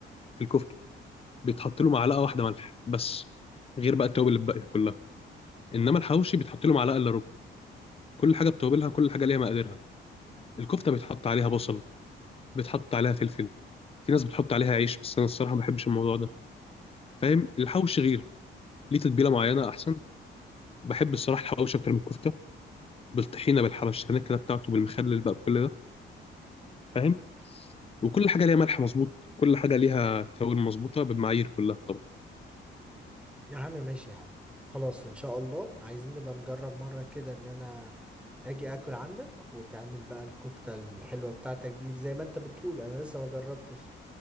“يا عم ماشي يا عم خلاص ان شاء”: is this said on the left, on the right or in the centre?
Centre